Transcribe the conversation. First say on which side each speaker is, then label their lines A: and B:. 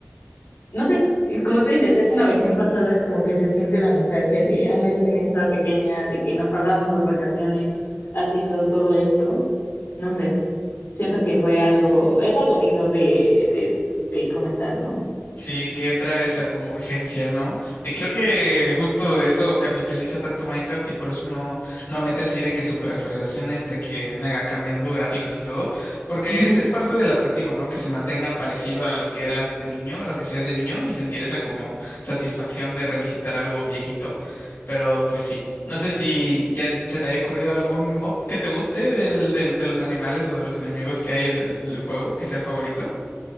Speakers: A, on the left (about 70°); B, on the left (about 85°).
A: no sé, eh, como tú dices, es una versión pasada, como que se siente la nostalgia de, ah, yo también estaba pequeña, de que nos pasamos las vacaciones haciendo todo esto. No sé, siento que fue algo, es algo lindo de, de, de comentar, ¿no?
B: Sí, que entra esa como urgencia, ¿no? Y creo que justo de eso capitaliza tanto Minecraft y por eso no, no mete así de que super actualizaciones, de que mega cambiando gráficos y todo, porque
A: Ujú.
B: es, es parte del atractivo, ¿no? Que se mantenga parecido a lo que eras de niño, a lo que seas de niño y sentir esa como satisfacción de revisitar algo viejito, pero pues sí. No sé si ya se te haya ocurrido algún mob que te guste del, del- de los animales o de los enemigos que hay en el el juego, que sea el favorito.